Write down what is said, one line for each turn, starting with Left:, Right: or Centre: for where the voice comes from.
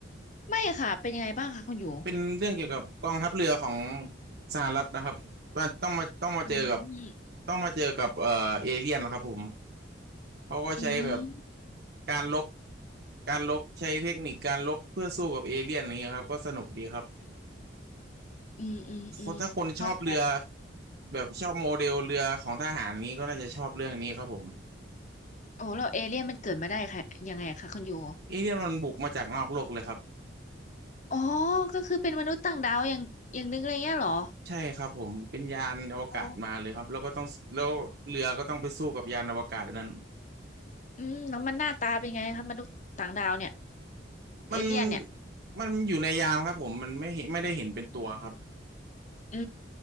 Left: ไม่ค่ะเป็นยังไงบ้างคะคุณยู
Right: เป็นเรื่องเกี่ยวกับกองทัพเรือของสหรัฐนะครับว่าต้องมาต้องมาเจอกับ
Left: อืม
Right: ต้องมาเจอกับเอ่อเอเลี่ยนนะครับผมเขาก็ใช้แบบ
Left: อืม
Right: การลบการลบใช้เทคนิคการลบเพื่อสู้กับเอเลี่ยนอย่างเงี้ยครับก็สนุกดีครับ
Left: อืมอืมอืมเข้าใจ
Right: เพราะถ้าคนชอบเรือแบบชอบโมเดลเรือของทหารนี้ก็น่าจะชอบเรื่องนี้ครับผม
Left: โอ้แล้วเอเลี่ยนมันเกิดมาได้ค่ะยังไงคะคุณยู
Right: เอเลี่ยนมันบุกมาจากนอกโลกเลยครับ
Left: อ๋อก็คือเป็นมนุษย์ต่างดาวอย่างอย่างนึงเลยเงี้ยเหรอ
Right: ใช่ครับผมเป็นยานอวกาศมาเลยครับแล้วก็ต้องแล้วเรือก็ต้องไปสู้กับยานอวกาศอันนั้น
Left: อ๋ออืมแล้วมันหน้าตาเป็นไงคะมนุษย์ต่างดาวเนี่ยเอเลี่ยนเนี่ย
Right: มันมันอยู่ในยานครับผมมันไม่เห็นไม่ได้เห็นเป็นตัวครับ
Left: อื